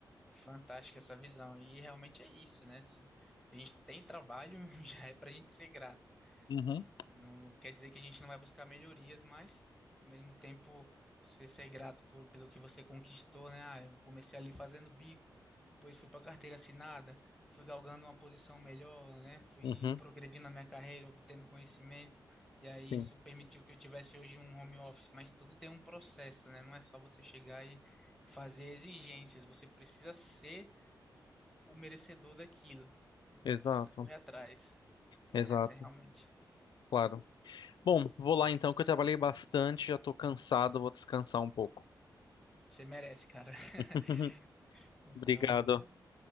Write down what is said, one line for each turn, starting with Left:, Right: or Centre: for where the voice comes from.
Centre: Fantástica essa visão. E realmente é isso, né? Se a gente tem trabalho, <laughs> já é pra gente ser grato.
Left: Uhum,
Centre: Não, não quer dizer que a gente não vai buscar melhorias, mas ao mesmo tempo você ser grato por, pelo que você conquistou, né? Ah, eu comecei ali fazendo bico, depois fui para carteira assinada, fui galgando uma posição melhor, né? Fui
Left: uhum,
Centre: progredindo na minha carreira, obtendo conhecimento, e aí
Left: sim,
Centre: isso permitiu que eu tivesse hoje um home office, mas tudo tem um processo, né? Não é só você chegar e fazer exigências, você precisa ser o merecedor daquilo, né? Você
Left: exato,
Centre: precisa correr atrás. Então
Left: exato,
Centre: é, é realmente.
Left: claro. Bom, vou lá então, que eu trabalhei bastante, já tô cansado, vou descansar um pouco.
Centre: Você merece, cara.
Left: <laughs>
Centre: <laughs> Então,
Left: Obrigado.
Centre: tenha um,